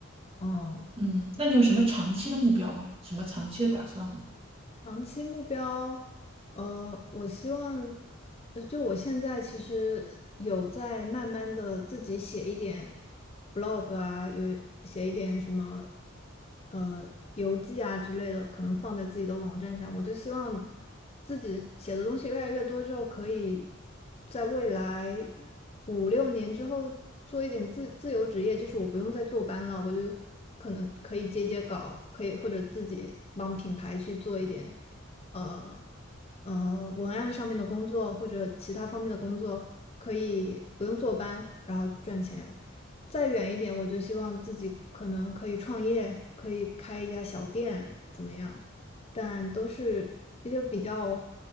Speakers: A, on the left (about 30°); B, on the right (about 25°).
A: 嗯，
B: 嗯，那你有什么长期的目标吗？什么长期的打算吗？
A: 长期目标，呃，我希望，呃就我现在其实有在慢慢的自己写一点 blog 啊，有写一点什么，呃，游记啊之类的，可能放在自己的网站上。我就希望自己写的东西越来越多之后，可以在未来。五六年之后做一点自自由职业，就是我不用再坐班了，我就可能可以接接稿，可以或者自己帮品牌去做一点，呃呃文案上面的工作或者其他方面的工作，可以不用坐班，然后赚钱。再远一点，我就希望自己可能可以创业，可以开一家小店，怎么样？但都是一个比较